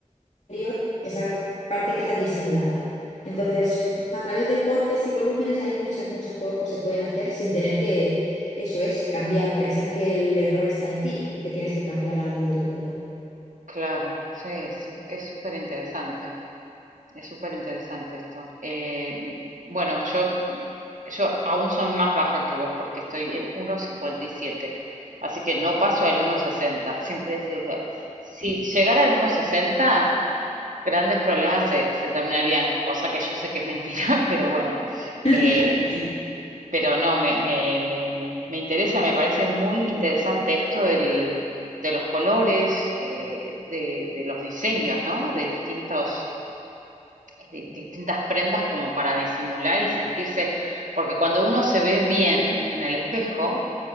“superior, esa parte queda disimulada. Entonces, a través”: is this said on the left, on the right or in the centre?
Left